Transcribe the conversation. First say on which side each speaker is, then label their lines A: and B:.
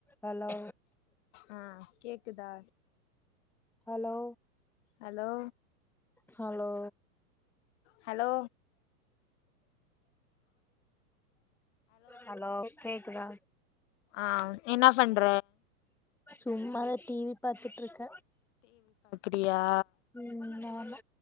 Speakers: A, in the centre; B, on the left.
A: ஹலோ
B: ஆ கேக்குதா
A: hello
B: hello
A: hello
B: hello
A: hello கேக்குதா
B: ஆ என்ன பண்ற
A: சும்மாதா டி வி பாத்துட்ருக்கே
B: ப்பியா
A: உம் மொர்ல